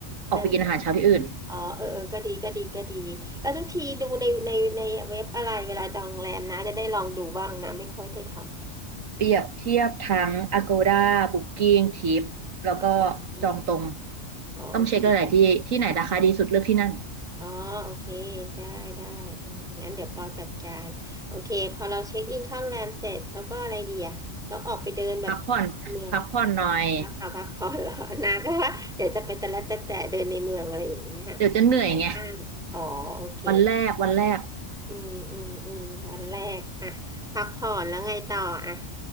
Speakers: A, on the right; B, in the centre.
A: ออกไปกินอาหารเช้าที่อื่น
B: เออ อ๋อเออเออก็ดีก็ดีก็ดีแล้วทุกทีดูในในในเว็บอะไรเวลาจองโรงแรมนะจะได้ลองดูบ้างนะไม่ค่อยได้ท
A: เปรียบเทียบทั้ง Agoda Booking Trip แล้วก็
B: ำอ๋
A: จองตรง
B: ออ๋อโอเค
A: ต้องเช็คหลายๆที่ที่ไหนราคาดีสุดเลือกที่นั่น
B: อ๋อโอเคได้ได้อืมงั้นเดี๋ยวปอจัดการโอเคพอเราเช็คอินเข้าโรงแรมเสร็จแล้วก็อะไรดีอะะเราออกไปเดินแบบ
A: พักผ่อนพักผ่อนหน่อย
B: เมืองพักเอาพักผ่อนเหรอนาก็ว่าเดี๋ยวจะไปแต่ละแต่แต่เดินในเมืองอะไรอย่างเงี้ย
A: เดี๋ยวจะเหนื่อยไง
B: ห้ามอ๋อโอเค
A: วันแรกวันแรก
B: อืมอืมอืมวันแรกอะพักผ่อนแล้วไงต่ออะ